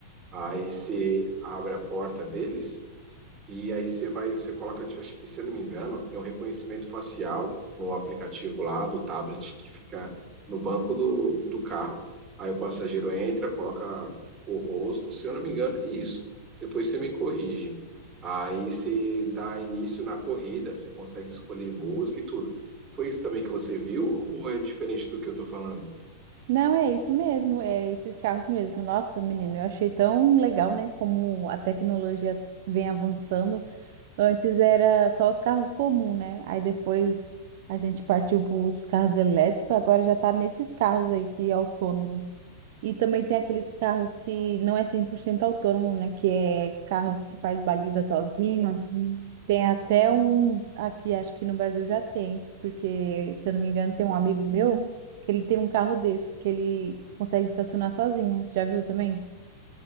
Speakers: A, on the right (about 25°); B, on the right (about 55°).
A: aí você abre a porta deles, e aí você vai, você coloca, acho que se eu não me engano, tem um reconhecimento facial no aplicativo lá do tablet que fica no banco do, do carro. Aí o passageiro entra, coloca o rosto, se eu não me engano, é isso. Depois você me corrige. Aí você dá início na corrida, você consegue escolher música e tudo. Foi isso também que você viu ou é diferente do que eu tô falando?
B: Não, é isso mesmo, é esses carros mesmo. Nossa, menino, eu achei tão legal, né? Como a tecnologia vem avançando. Antes era só os carros comuns, né? Aí depois a gente partiu para os carros elétricos, agora já tá nesses carros aí que é autônomos. E também tem aqueles carros que não é 100% autônomo, né? Que é carros que faz baliza sozinho. Tem até uns aqui, acho que no Brasil já tem, porque se eu não me engano tem um amigo meu que ele tem um carro desse, que ele consegue estacionar sozinho. Você já viu também?